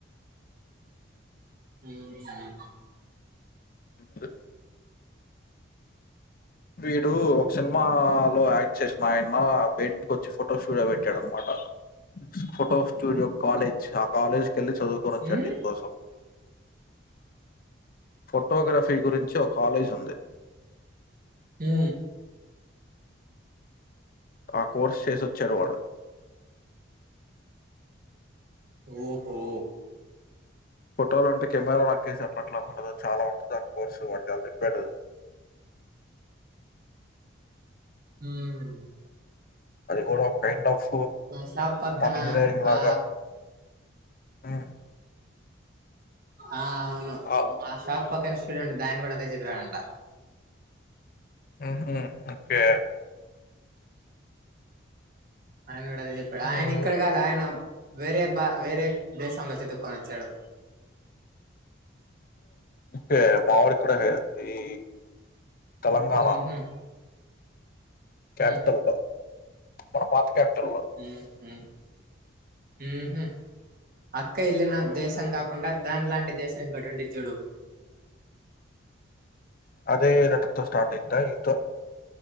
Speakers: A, on the right; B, on the left.
A: ఉహు
B: అ వీడు సినిమా లో యాక్ట్ చేసిన ఆయన బే ఇంటి కొచ్చి ఫొటో స్టూడియో పెట్టాడు అనమాట ఫొటో స్టూడియో కాలేజ్ ఆ కాలేజ్ వెళ్లి చదువుకొని వచ్చాడు
A: మ్మ్?
B: దీని కోసం ఫొటోగ్రఫీ గురించి ఒక కాలేజ్ ఉంది.
A: హు
B: ఆ కోర్సు చేసి వచ్చాడు వాడు
A: ఓహో
B: ఫోటోలు అంటే కెమెరా నోక్కేసి అట్లా అట్లా ఉండదు చాలా ఉంటుంది. దాని కోర్స్ వాడు చాలా చెప్పాడు.
A: హు
B: అది కూడా కైండ్ ఆఫ్
A: మా షాప్ పక్కన
B: మన ఇంజనీరింగ్ లాగా
A: ఆ
B: హు
A: ఆ అవును
B: ఆ?
A: మా షాప్ పక్కన స్టూడెంట్ బ్యాన్ కూడా అదే చదివాడంట
B: హుహు ఓకే
A: ఆయన కూడా అదే చెప్పాడు ఆయన
B: ఉహ్,
A: ఇక్కడ కాదు ఆయన వేరే బా వేరే దేశంలో చదువుకుని వచ్చాడు
B: కే మావడు ఇక్కడే ఈ తెలంగాణ
A: మ్మ్హ్.
B: క్యాపిటల్
A: మ్మ్.
B: మన పాత ఎత్తాన్
A: హుహు ఊహు అక్క వెళ్ళిన దేశం కాకుండా దాని లాంటి దేశం ఇక్కోటీ ఉంతదిచూడు
B: అదే లెటర్ తో స్టార్ట్ అయింద యు తో